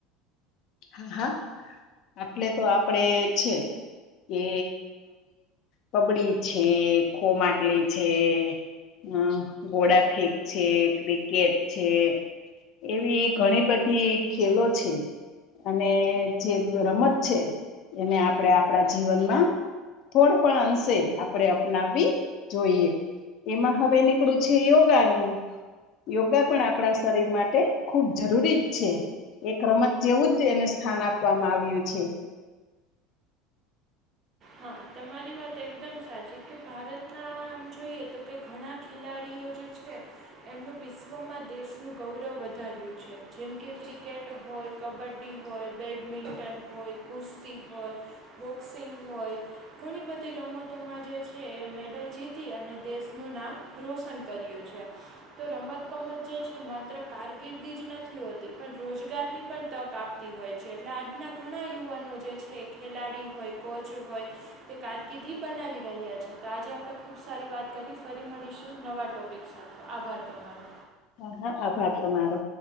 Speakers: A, on the left (about 55°); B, on the right (about 40°).
A: હા હા આટલે તો આપડે છે એ કબડી છે, ખો માટલી છે. હમમ ઘોડા ફેક છે, ક્રિકેટ છે. એવી ઘણી બધી ખેલો છે. અને જે રમત છે એને આપણે આપણા જીવનમાં થોડુ પણ અંશે આપણે અપનાવવી જોઈએ. એમાં હવે નીકળું છે યોગા નુ યોગા પણ આપણા શરીર માટે ખૂબ જરૂરી જ છે. એક રમત જેવું જ એને સ્થાન આપવામાં આવ્યું છે.
B: હા તમારી વાત એકદમ સાચી કે ભારતના આમ જોઈએ તો કે ઘણા ખેલાડીઓ જે છે એમનું વિશ્વમાં દેશનું ગૌરવ વધાર્યું છે જેમકે ક્રિકેટ હોય કબડ્ડી હોય, બેડમિન્ટન હોય, કુસ્તી હોય, બોક્સિંગ હોય. ઘણી બધી રમતોમાં જે છે એ મેડલ જીતી અને દેશનું નામ રોશન કર્યું છે. તો રમત ગમત જે છે માત્ર કારકિર્દી જ નથી હોતી પણ રોજગારની પણ તક આપ તી હોય છે એટલે આજના ઘણા યુવાનો જે છે ખેલાડી હોય, કોચ હોય તે કારકિર્દી બનાવી રહ્યા છે તો આજે આપણે ખુબ સારી વાત કરી ફરી મળીશું નવા ટોપિક સાથે. આભાર તમારો.
A: હા હા આભાર તમારો.